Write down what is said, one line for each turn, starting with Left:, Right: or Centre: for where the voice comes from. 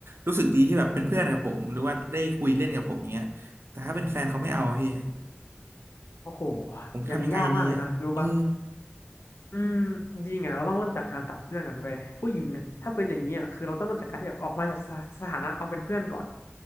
Right: รู้สึกดีที่แบบเป็นเพื่อนกับผมหรือว่าได้คุยเล่นกับผมอย่างเงี้ยแต่ถ้าเป็นแฟนเขาไม่เอาพี่
Left: โอ้โห
Right: ผมทำยังไงดีอะเออ
Left: อย่างนี้ยากมากเลยนะรู้ปะ อืมจริงอ่ะเราต้องเริ่มจากการตัดเพื่อนกันเว้ยผู้หญิงเนี่ยถ้าเป็นอย่างนี้ยคือเราต้องเริ่มจากการที่แบบออกมาจากสสถานะความเป็นเพื่อนก่อน